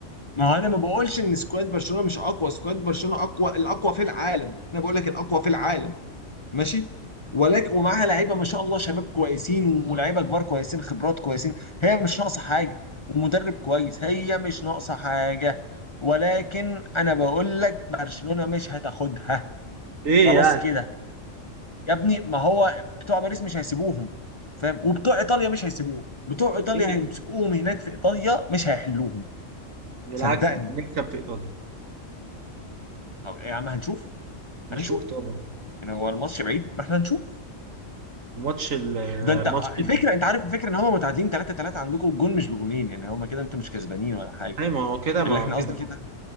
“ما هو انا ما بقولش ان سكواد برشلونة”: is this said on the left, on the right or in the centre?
Left